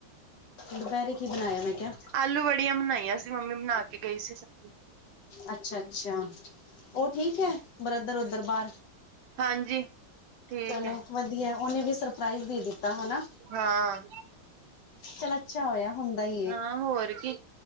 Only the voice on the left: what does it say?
ਦੁਪਹਿਰੇ ਕੀ ਬਣਾਇਆ ਮੈਂ ਕਿਹਾ
ਅੱਛਾ ਅੱਛਾ, ਉਹ ਠੀਕ ਹੈ ਬਰਧਰ ਉਧਰ ਬਾਹਰ
ਚਲੋ
ਵਧੀਆ, ਉਹ ਓਹਨੇ ਵੀ ਸਰਪ੍ਰਾਈਜ਼ ਦੇ ਦਿੱਤਾ ਹੈ ਹਨਾ
ਚਲ- ਅਛਾ ਹੋਇਆ ਹੁੰਦਾ ਹੀ